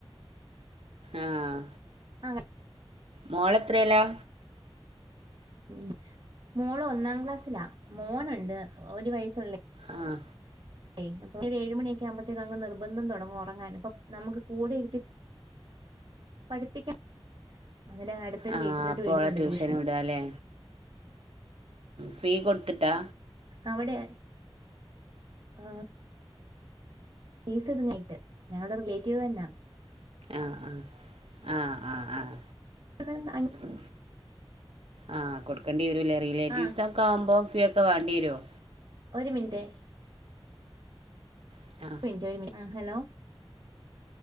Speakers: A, on the right; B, on the right.
A: ആഹ
B: ആഹ
A: മോളെത്രയല്ലാ
B: ഉ മോള ഒന്നാം ക്ലാസ്സിലാ മോനുണ്ട് ഒരു വയസുള്ള
A: ആഹ
B: അയ് അപ്പ ഒരു ഏഴുമണിയൊക്കെ ആകുമ്പഴത്തേക്ക അങ്ങ് നിർബന്ധം തുടങ്ങും ഉറങ്ങാനും അപ്പോൾ നമുക്ക് കൂടെ ഇരുത്തിയിട്ട് പഠിപ്പിക്ക അങ്ങനെ അടുത്തൊരു
A: ആ
B: വീട്ടിലോട്ട്
A: അപ്പോള
B: വിടുന്നുണ്ട്
A: ട്യൂഷനും
B: ട്യൂഷന്
A: വിടാല് ഫീ കൊടുത്തിട്ട്
B: അവിടെ ആ ഫീസ് ഇങ്ങായിട്ട് ഞങ്ങളുടെ റിലേറ്റീവ് തന്നെയ
A: ആഹ് ആഹ ആഹ ആഹ ആഹ
B: <inaudible>
A: ഉ ആ കൊടുക്കേണ്ടി വരുല്ലേ റിലേറ്റീവ്സൊക്കെ
B: ആ
A: ആവുമ്പോൾ ഫീ ഒക്കെ വേണ്ടി വരുമോ
B: ഒരു മിനിറ്റ്
A: ആ
B: മിനന്റ് ഒരു മിനന്റ് ഹലോ